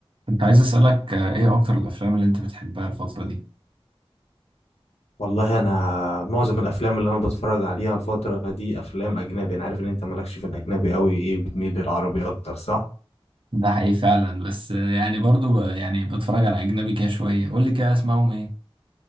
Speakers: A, on the right; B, on the left.
A: كنت عايز أسألك آه، إيه أكتر الأفلام اللي أنت بتحبها الفترة دي؟
B: والله انا معظم الافلام اللي انا بتفرج عليها الفتره دي افلام اجنبي انا عارف ان انت مالكش في الاجنبي قوي ايه بتميل للعربي اكتر صح
A: ده حقيقي فعلا بس آه، يعني برضو ب- يعني بتفرج على أجنبي كده شوية قول لي كده أسمعهم إيه؟